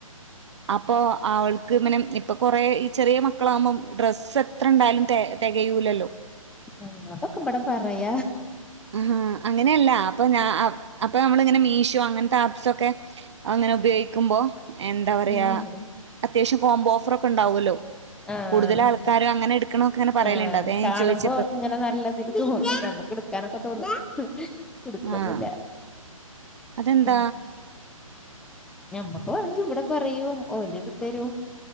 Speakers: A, on the right; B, in the centre.
A: ഇപ്പൊ അവൾക്ക് പിനെ ഇപ്പൊ കുറേ ഈ ചെറിയ മ മക്കളാകുമ്പം ഡ്രസ്സ് എത്ര ഉണ്ടായാലും തികയൂലല്ലോ
B: ഉം അപ്പ ക്ക പട പാറയ
A: ആഹാ അങ്ങനെയല്ല അപ്പൊ ഞാ അപ്പോൾ നമ്മളിങ്ങനെ മീഷോ അങ്ങനത്തെ ആപ്സൊക്കെ അങ്ങനെ ഉപയോഗിക്കുമ്പോൾ എന്താ പറയാ
B: ഉം
A: അത്യാശ്യം കോബോ ഓഫൊക്കെ ഉണ്ടാവുമല്ലോ
B: ആഹ്
A: കൂടുതൽ ആൾക്കാരും അങ്ങനെ എടുക്കണൊക്കെ അങ്ങനെ പറയലുണ്ട്
B: ആഹ്
A: അതാ ഞാൻ
B: കാണുമ്പോ
A: ചോദിച്ചെ പ്ര
B: ഇങ്ങനെ നല്ലതിൽ തോന്നും നമുക്ക് എടുക്കാനൊക്കെ തോന്നും എടുക്കൊന്നുല്ല
A: ആഹ് അതെന്താ?
B: ഉം ഞമ്മക്ക് പറഞ്ഞു ഇവിടെ പറയും ഓലോട് തരും